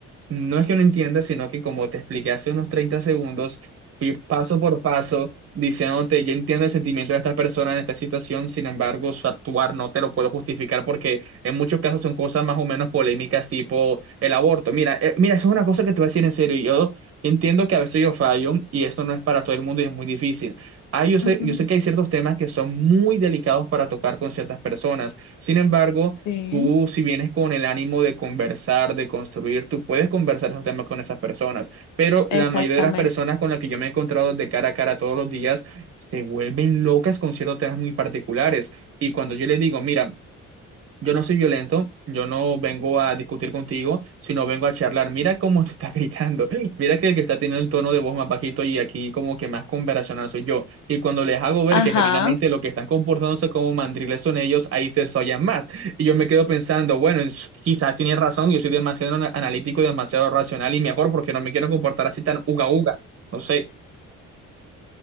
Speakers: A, on the right; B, on the left.
A: no es que no entiendas, sino que como te expliqué hace unos 30 segundos, fui paso por paso diciéndote, yo entiendo el sentimiento de esta persona en esta situación, sin embargo, su actuar no te lo puedo justificar porque en muchos casos son cosas más o menos polémicas, tipo el aborto. Mira, eh, mira, eso es una cosa que te voy a decir en serio. y Yo entiendo que a veces yo fallo y esto no es para todo el mundo y es muy difícil. Ah, yo sé,
B: Ujú,
A: yo sé que hay ciertos temas que son muy delicados para tocar con ciertas personas. Sin embargo,
B: Sí,
A: Tú, si vienes con el ánimo de conversar, de construir, tú puedes conversar esos temas con esas personas, pero la
B: exactamente.
A: mayoría de las personas con las que yo me he encontrado de cara a cara todos los días se vuelven locas con ciertos temas muy particulares. Y cuando yo les digo, mira, yo no soy violento, yo no vengo a discutir contigo, sino vengo a charlar. Mira cómo <laughs> te está gritando, mira que el que está teniendo el tono de voz más bajito y aquí como que más conversacional soy yo. Y cuando les hago ver
B: Ajá.
A: que genuinamente lo que están comportándose como mandriles son ellos, ahí se sollan más. Y yo me quedo pensando, bueno, es- quizás tienen razón, yo soy demasiado ana- analítico y demasiado racional y mejor porque no me quiero comportar así tan uga uga. No sé.